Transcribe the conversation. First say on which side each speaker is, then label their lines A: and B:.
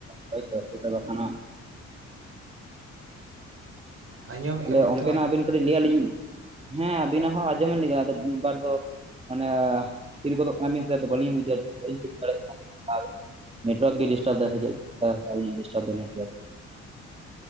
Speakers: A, on the right (about 20°); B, on the right (about 45°).
A: ᱦᱳᱭ ᱛᱚ ᱥᱮ ᱛᱚ ᱵᱟᱝᱠᱷᱟᱱ ᱦᱟᱸ
B: ᱟᱸᱡᱚᱢᱮᱫ
A: ᱛᱟᱦᱞᱮ
B: ᱜᱮᱭᱟᱵᱮᱱ
A: ᱚᱱᱛᱮᱱᱟᱜ
B: ᱛᱚ
A: ᱟᱵᱤᱱ ᱠᱟᱹᱴᱤᱡ ᱞᱟᱹᱭᱟᱞᱤᱧ <inaudible> ᱦᱮᱸ ᱟᱵᱤᱱᱟᱜ ᱦᱚᱸ ᱟᱸᱡᱚᱢ ᱟᱞᱤᱧ ᱟᱫᱚ ᱢᱤᱫᱵᱟᱨ ᱫᱚ ᱢᱟᱱᱮ ᱛᱷᱤᱨ ᱜᱚᱫᱚᱜ ᱠᱟᱱᱟᱵᱤᱱ ᱥᱮ ᱵᱟᱞᱤᱧ ᱵᱩᱡᱷᱟᱹᱣ ᱵᱟᱹᱞᱤᱧ ᱴᱷᱤᱠᱟ ᱫᱟᱲᱮᱭᱟᱜ ᱠᱟᱱᱟ <unintelligible> ᱱᱮᱴᱣᱟᱨᱠ ᱜᱮ ᱰᱤᱥᱴᱟᱨᱵᱫᱟᱭ ᱥᱮ ᱪᱮᱫ ᱟᱹᱞᱤᱧᱟᱜ ᱜᱮ ᱰᱤᱥᱴᱟᱨᱵ ᱫᱟᱭ ᱱᱮᱴᱣᱟᱨᱠ